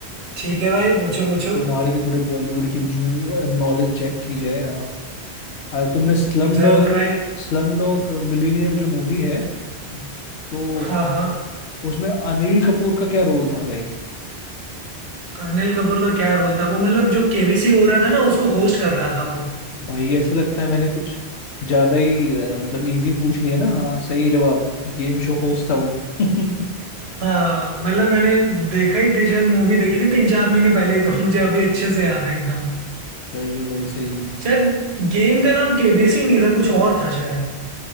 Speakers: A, on the right; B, on the left.
A: ठीक है भाई पूछो पूछो
B: तुम्हारे भी थोड़ी बॉलीवुड की न्यूज नॉलेज चेक की जाए अ, तुमने स्लम
A: जरूर
B: डॉग
A: भाई
B: स्लम डॉग मिलीनियर जो मूवी है तो
A: हाँ हाँ
B: उसमें अनिल कपूर का क्या रोल था भाई
A: अनिल कपूर का क्या रोल था वो मतलब जो केबीसी हो रहा था ना उसको होस्ट कर रहा था वो
B: भाई ऐसा लगता है मैंने कुछ ज्यादा ही अ, मतलब इजी पूछ लिया ना हाँ, सही जवाब गेम शो होस्ट था वो <laughs>
A: हाँ मतलब मैंने देखा ही थी शायद मूवी देखी थी तीन चार महीने पहले ही तो <laughs> मुझे अभी अच्छे से याद है एकदम
B: सही है भाई सही है
A: शायद गेम का नाम केबीसी नहीं था कुछ और था शायद